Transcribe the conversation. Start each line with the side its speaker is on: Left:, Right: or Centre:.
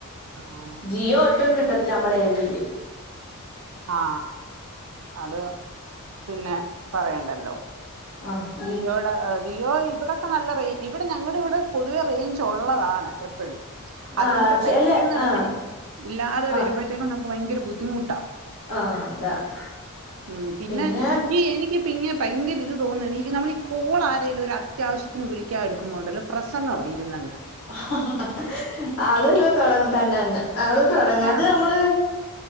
Right: ആണോ
Left: ജിയോ ഒട്ടും കി ട്ടത്തില് നമ്മളെഴുതിയില്ലേ
Right: ആ. അത് പിന്നെ പറയണ്ടല്ലോ
Left: ആ ജി
Right: ജിയോടെ ജിയോ ഇവിടൊക്കെ നല്ല റെയ് ഇവിടെ ഞങ്ങൾടെ ഇവിടെ പൊതുവെ റേഞ്ച് ഉള്ളതാണ് എപ്പഴും
Left: ആ
Right: അതുകൊണ്ട്
Left: ചെല
Right: പെട്ടെന്നന്നെ
Left: ആ
Right: ഇല്ലാതെ
Left: ആ
Right: വരുമ്പഴത്തേക്കും നമുക്ക് ഭയങ്കര ബു മുട്ട
Left: ആ താണ്
Right: ഉം, പിന്നെ
Left: പിന്നേ
Right: ഈ എനിക്കിപ്പോ ഇങ്ങനെ ഭയങ്കര ഇത് തോന്ന എനി ഇ നമ്മൾ ഈ കോൾ ആരേലും ഒരു അത്യാവശ്യത്തിന് വിളിക്കാ എടുക്കുമ്പോണ്ടല്ലോ പ്രസംഗവായിരുന്നങ്ങ്
Left: ഹ ഹ ഹ ഹ് അത് ഇത് തൊടങ്ങും തന്നെ അങ്ങ് അത് തുടങ്ങ്
Right: ആ
Left: അത് നമ്മള്